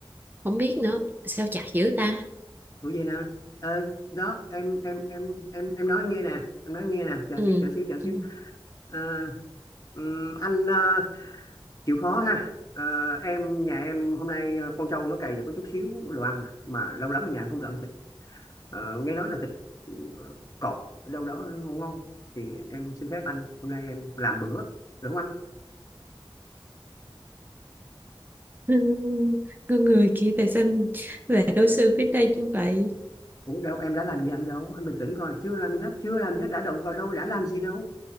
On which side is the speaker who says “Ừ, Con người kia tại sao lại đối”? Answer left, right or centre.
Right